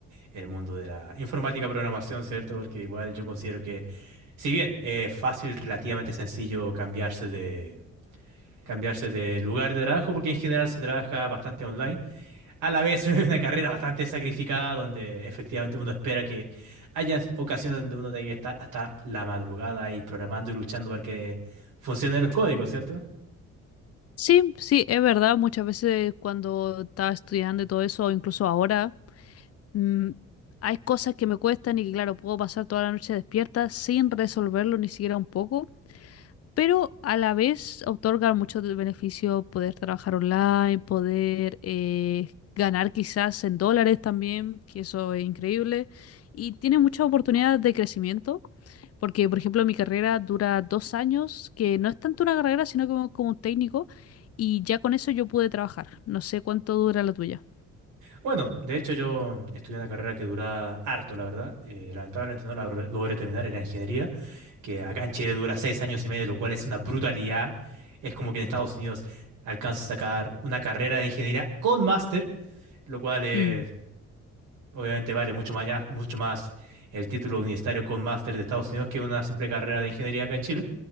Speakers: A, on the right; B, on the left.
A: el mundo de la informática, programación, ¿cierto? Porque igual yo considero que, si bien eh, es fácil, relativamente sencillo cambiarse de, cambiarse de lugar de trabajo, porque en general se trabaja bastante online, a la vez <laughs> es una carrera bastante sacrificada, donde efectivamente uno espera que haya ocasiones donde uno tenga que estar hasta la madrugada ahí programando y luchando para que funcionen los códigos, ¿cierto?
B: Sí, sí, es verdad, muchas veces cuando estaba estudiando y todo eso, o incluso ahora, mm, hay cosas que me cuestan y que claro, puedo pasar toda la noche despierta sin resolverlo ni siquiera un poco. pero a la vez otorga mucho de beneficio poder trabajar online, poder eh, ganar quizás en dólares también, que eso es increíble, y tiene muchas oportunidades de crecimiento, porque por ejemplo mi carrera dura dos años, que no es tanto una carrera, sino como, como un técnico, y ya con eso yo pude trabajar. No sé cuánto dura la tuya.
A: Bueno, de hecho yo estudié una carrera que dura harto, la verdad. Eh, lamentablemente no la logr- logré terminar, era ingeniería, que acá en Chile dura seis años y medio, lo cual es una brutalidad. Es como que en Estados Unidos alcanzas a sacar una carrera de ingeniería con máster, lo cual es,
B: Mm.
A: obviamente vale mucho más, ya- mucho más el título universitario con máster de Estados Unidos que una simple carrera de ingeniería acá en Chile.